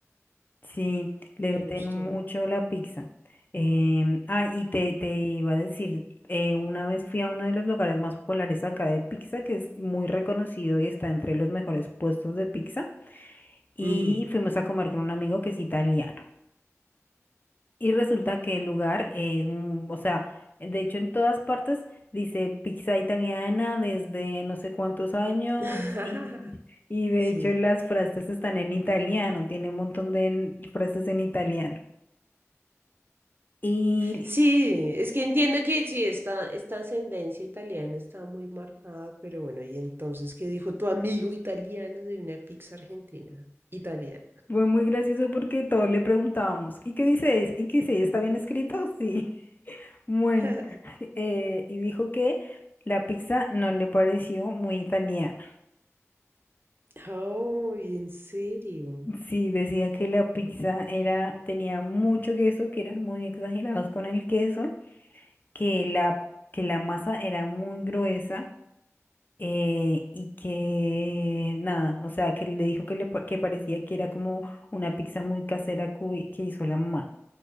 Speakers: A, on the left; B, on the right.
A: Sí, le
B: Me
A: meten
B: gustó.
A: mucho la pizza. Em, ah, y te, te iba a decir, eh, una vez fui a uno de los lugares más populares acá de pizza, que es muy reconocido y está entre los mejores puestos de pizza, y
B: Ujú.
A: fuimos a comer con un amigo que es italiano. Y resulta que el lugar es, mm, o sea, de hecho en todas partes dice pizza italiana desde no sé cuántos años
B: <laughs>
A: y, y de
B: Sí.
A: hecho las frases están en italiano, tiene un montón de n- frases en italiano. Y
B: Sí, es que entiendo que sí, esta, esta ascendencia italiana está muy marcada, pero bueno, y entonces, ¿qué dijo tu amigo italiano de una pizza argentina? Italiana.
A: fue muy gracioso porque todos le preguntábamos, ¿y qué dice? es- ¿Y qué dice? ¿Está bien escrito? Sí, <laughs> bueno.
B: <laughs>
A: <laughs> eh, y dijo que la pizza no le pareció muy italiana.
B: Oh, ¿en serio? <gasps>
A: Sí, decía que la pizza era, tenía mucho queso, que eran muy exagerados con el queso, que la, que la masa era muy gruesa eh, y que nada, o sea, que le dijo que, le, pa- que parecía que era como una pizza muy casera cu- que hizo la mamá